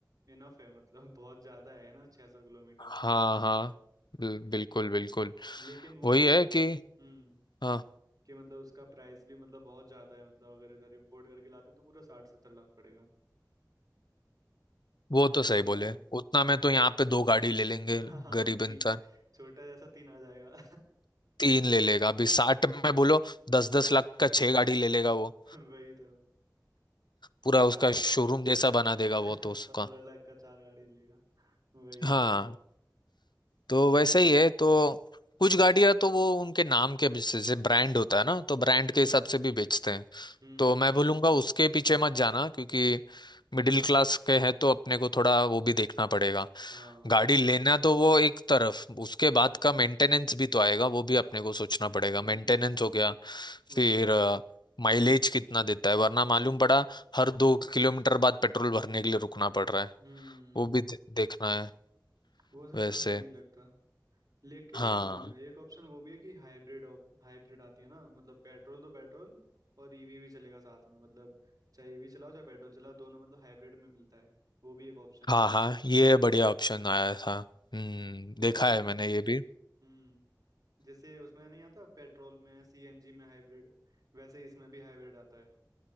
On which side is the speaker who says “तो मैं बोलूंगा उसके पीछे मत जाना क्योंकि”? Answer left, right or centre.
Left